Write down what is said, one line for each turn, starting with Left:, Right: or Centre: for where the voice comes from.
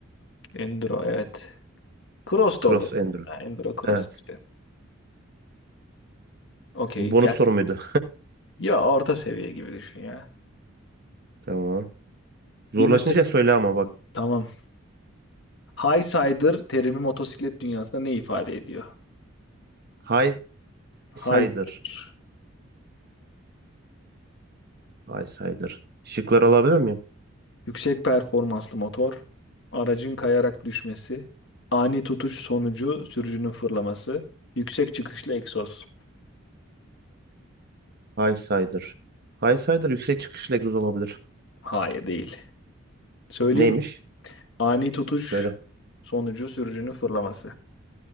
Left: Enduro evet. Cross
Right: Cross
Left: da olur.
Right: Endro.
Left: Ha, Enduro cross
Right: Evet.
Left: işte. Okey
Right: Bu bonus
Left: gelsin.
Right: soru muydu?
Left: Ya orta seviye gibi düşün ya.
Right: <laughs> Tamam. Zorlaşınca
Left: Bir motosiklet.
Right: söyle ama bak.
Left: Tamam High Sider terimi motosiklet dünyasında ne ifade ediyor?
Right: High
Left: High
Right: Sider.
Left: Sider.
Right: High Sider. Şıkları alabilir miyim?
Left: Yüksek performanslı motor, aracın kayarak düşmesi, ani tutuş sonucu sürücünün fırlaması, yüksek çıkışlı egzoz.
Right: High Sider. High Sider yüksek çıkışlı egzoz olabilir.
Left: Hayır değil. Söyleyeyim
Right: Neymiş?
Left: mi? Ani tutuş
Right: Söyle.
Left: sonucu sürücünün fırlaması.